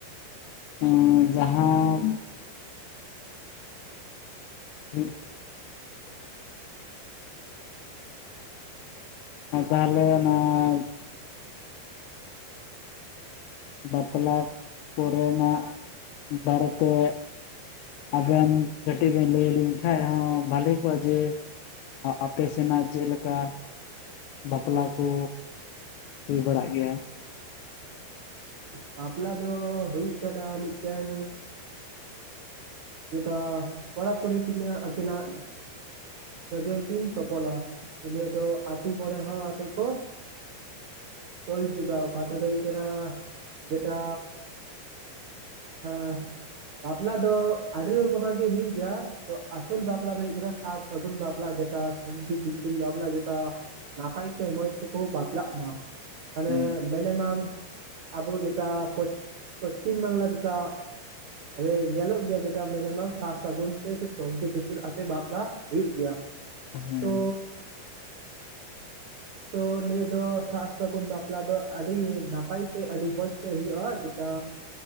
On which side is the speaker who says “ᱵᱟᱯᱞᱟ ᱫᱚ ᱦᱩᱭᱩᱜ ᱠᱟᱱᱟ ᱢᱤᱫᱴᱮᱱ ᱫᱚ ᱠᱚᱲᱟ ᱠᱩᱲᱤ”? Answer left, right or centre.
Right